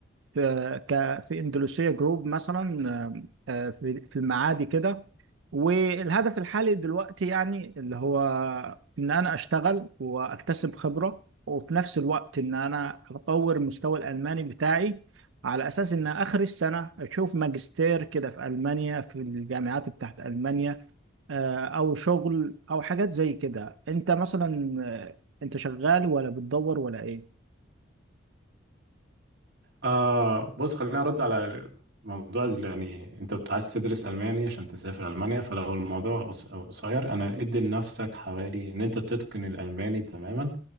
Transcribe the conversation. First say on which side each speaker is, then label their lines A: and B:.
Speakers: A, on the right; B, on the right.
A: في ك في اندونيسيا جروب مثلا آه، آه، في في المعادي كده والهدف الحالي دلوقتي يعني اللي هو ان انا اشتغل واكتسب خبرة وفي نفس الوقت ان انا اطور مستوى الالماني بتاعي على اساس ان اخر السنة اشوف ماجستير كده في المانيا في الجامعات بتاعت المانيا آه، او شغل او حاجات زي كده انت مثلا آه، انت شغال ولا بتدور ولا ايه؟
B: آه بص خلينا ارد على موضوع ال- يعني انت عايز تدرس الماني عشان تسافر المانيا فلو الموضوع قص- قصير انا ادي لنفسك حوالي ان انت تتقن الالماني تماما